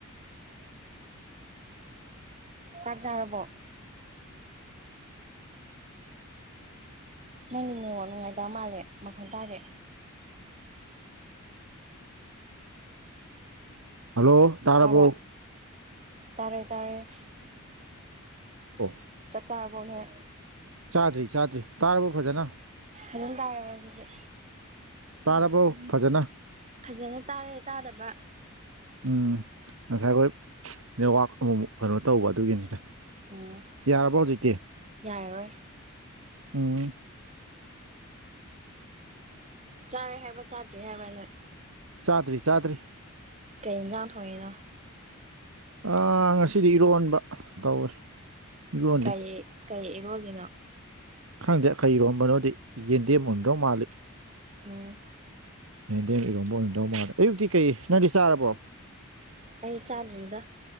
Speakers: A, on the right; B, on the right.
A: ꯆꯥꯛ ꯆꯥꯔꯕꯣ ꯅꯪꯒꯤ ꯅꯦꯋꯥꯛ ꯅꯨꯡꯉꯥꯏꯇꯕ ꯃꯥꯜꯂꯦ ꯃꯈꯣꯟ ꯇꯥꯗꯦ
B: ꯍꯜꯂꯣ ꯇꯥꯔꯕꯣ
A: ꯇꯥꯕꯔ꯭ ꯇꯥꯔꯦ ꯇꯥꯔꯦ
B: ꯑꯣ
A: ꯆꯥꯛ ꯆꯥꯔꯕꯣ ꯅꯣꯏ
B: ꯆꯥꯗ꯭ꯔꯤ ꯆꯥꯗ꯭ꯔꯤ ꯇꯥꯔꯕꯣ ꯐꯖꯅ
A: ꯑꯗꯨꯝ ꯇꯥꯔꯕꯣ ꯖꯤꯛꯗꯤ
B: ꯇꯥꯔꯕꯣ ꯐꯖꯅ
A: ꯐꯖꯅ ꯇꯥꯔꯦ ꯇꯥꯗꯕ꯭ꯔꯥ
B: ꯎꯝ ꯉꯁꯥꯏꯋꯥꯏ ꯅꯦꯠꯋꯥꯛ ꯑꯃꯨꯃꯨꯛ ꯀꯩꯅꯣ ꯇꯧꯕ ꯑꯗꯨꯒꯤꯅꯤꯗ
A: ꯎꯝ
B: ꯌꯥꯔꯕ ꯍꯧꯖꯤꯛꯇꯤ
A: ꯌꯥꯔꯔꯣꯏ
B: ꯎꯝ
A: ꯆꯥꯔꯦ ꯍꯥꯏꯕ꯭ꯔꯥ ꯆꯥꯗꯔ꯭ꯤ ꯍꯥꯏꯕ꯭ꯔꯥ ꯅꯣꯏ
B: ꯆꯥꯗ꯭ꯔꯤ ꯆꯥꯗ꯭ꯔꯤ
A: ꯀꯩ ꯢꯟꯖꯥꯡ ꯊꯣꯡꯉꯤꯅꯣ
B: ꯑꯥ ꯉꯁꯤꯗꯤ ꯏꯔꯣꯟꯕ ꯇꯧꯋꯦ ꯏꯔꯣꯜꯂꯤ
A: ꯀꯔꯤ ꯀꯩ ꯏꯔꯣꯜꯂꯤꯅꯣ
B: ꯈꯪꯗꯦ ꯀꯩ ꯏꯔꯣꯝꯕꯅꯣꯗꯤ ꯌꯦꯟꯗꯦꯝ ꯑꯣꯏꯔꯝꯗꯧ ꯃꯥꯜꯂꯤ
A: ꯎꯝ
B: ꯌꯦꯟꯗꯦꯝ ꯏꯔꯣꯝꯕ ꯑꯣꯏꯔꯝꯗꯧ ꯃꯥꯜꯂꯤ ꯑꯌꯨꯛꯇꯤ ꯀꯩ ꯅꯪꯗꯤ ꯆꯥꯔꯕꯣ
A: ꯑꯩ ꯆꯥꯗꯔ꯭ꯤꯗ